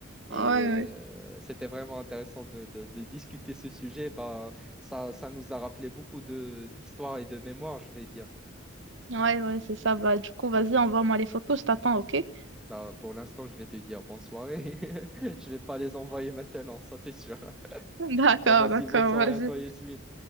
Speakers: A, in the centre; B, on the right.
A: Et
B: Ouais, ouais.
A: euh, c'était vraiment intéressant de, de- de discuter ce sujet. Bah, ça, ça nous a rappelé beaucoup de d'histoires et de mémoires, je vais dire.
B: Ouais, ouais, c'est ça. Bah, du coup, vas-y, envoie-moi les photos, je t'attends, ok?
A: Bah, pour l'instant, je vais te dire bonne soirée. <laughs> Je vais pas les envoyer maintenant, ça c'est sûr.
B: <laughs> D'accord,
A: Bah vas-y,
B: d'accord,
A: bonne soirée
B: vas-y.
A: à toi, Yasmine.